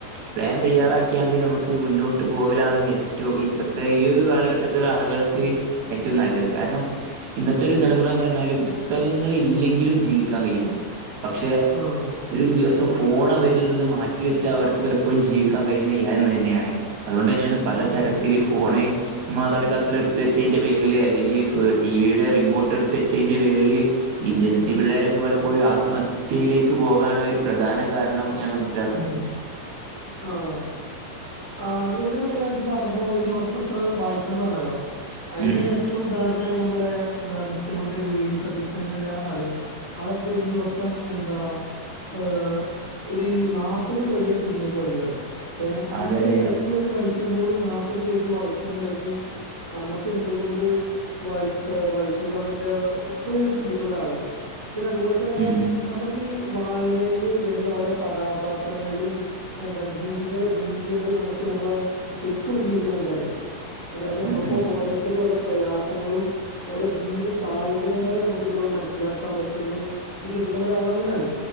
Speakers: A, on the right; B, on the right.
A: പ്ലാൻ തയ്യാറാക്കിയാണ്ട് നമുക്ക് മുന്നോട്ട് പോകലാണ് ഏറ്റവും ഇപ്പത്തെ ഈ ഒരു കാലഘട്ട പ്പത്തെ ആളുകൾക്ക് ഏറ്റവും നല്ലത്, കാരണം. ഇന്നത്തെരു തലമുറാന്ന് പറഞ്ഞാല്. പുസ്തകങ്ങൾ ഇല്ലെങ്കിലും. ജീവിക്കാൻ കഴിയും, പക്ഷെ?
B: ആഹ്
A: ഒരു ദിവസം ഫോണവരിൽ നിന്ന് മാറ്റിവെച്ചാ അവർക്ക് പലപ്പോഴും ജീവിക്കാൻ കഴിയുന്നില്ലാ എന്ന് തന്നെയാണ്. അതുകൊണ്ട് തന്നെയാണ് പലതരത്തില്
B: ഉം
A: ഈ ഫോണ്. മാതാപിതാക്കൾ എട്ത്ത് വെച്ചെതിന്റെ പേര്ല്. അല്ലെങ്കിൽ ടിവിയുടെ റിമോൾട്ട് എട്ത്ത് വച്ചതിന്റെ പേര്ല്. ഇജ്ജ്. ഈ പിള്ളേരൊക്കെ പലപ്പോഴും ആത്മഹത്യയിലേക്ക് പോകാനുള്ള ഒരു പ്രധാന കാരണം ഞാൻ മനസ്സിലാക്ക്ണത്.
B: ആഹ് ആ അതുപോൽതെന്നെണ് ഞാൻ ഇജ് പറഞ്ഞപ്പോ ഒരു ദിവസം ഇത്ര വായിക്കണെന്ന് പറഞ്ഞല്ലോ. അയിന്
A: ഉം ഉം
B: ഏറ്റവും ഉദാഹരനാണ് നമ്മളെ മുഖ്യമന്ത്രി, വി. ഡി. സതീശെൻ ന്ന്ള്ള ആള്. ആളെക്കെ ഒരു ദിവസം എന്താ ഏഹ്, ഒരു നാപ്പത് പേജെങ്കിലും ചുരുങ്ങിയത്. വൈന്നേം. ഏഹ്,
A: അതെ
B: ഇത്രയും
A: അതെ
B: തിരക്കുള്ള ഒരു മനുഷ്യൻ പോലും നാപ്പത് പേജ് വായിക്കുന്നുണ്ടെങ്കിൽ. നമ്മക്ക് എന്തുകൊണ്ട് വായി വായിച്ചുകൂടാന്നുള്ള എപ്പളും ഞാൻ ചിന്തിക്കുന്നെരാളാ. പിന്നതുപോൽതന്നെ
A: ഉം ഉം
B: നമുക്കീ വായനയിൽല് വരുന്ന ഓരോ കഥാപാത്രങ്ങൾടിം. എന്താ ജീവിത രീതിയെള് നമുക്ക് നമ്മള ശെരിക്കുള്ള ജീവിതം കെണ്ടെരാൻ പറ്റും. അതായത് നമ്മുക്ക്
A: ഉം ഉം
B: ഓരോര്ത്തര, ഓരോ പ്രയാസങ്ങളും. ഓരോ ജീവിത സാഹചര്യങ്ങളും നമുക്ക് ഇതിലൂടെ മനസ്സിലാക്കാൻ പറ്റുന്ന്, വിശ്വസിക്കുന്ന ഒരാളാണ്. പ്പ ഞാന്